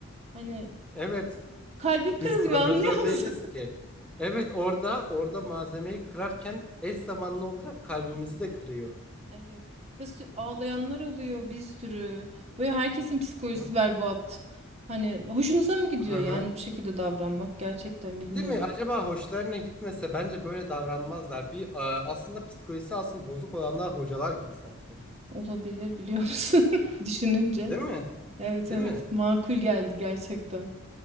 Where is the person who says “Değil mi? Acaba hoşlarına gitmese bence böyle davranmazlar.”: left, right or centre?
Centre